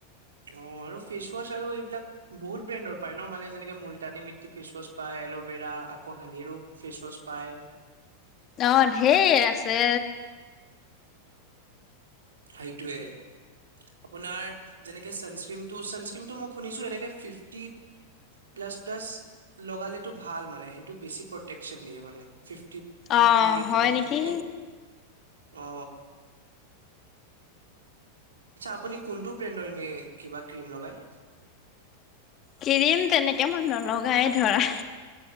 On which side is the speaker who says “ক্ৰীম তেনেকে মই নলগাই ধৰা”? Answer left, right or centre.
Left